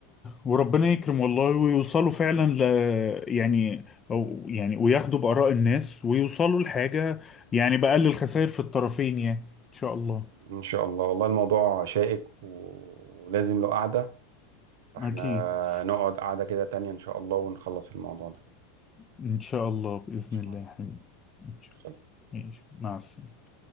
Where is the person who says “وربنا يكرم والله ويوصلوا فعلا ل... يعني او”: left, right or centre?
Left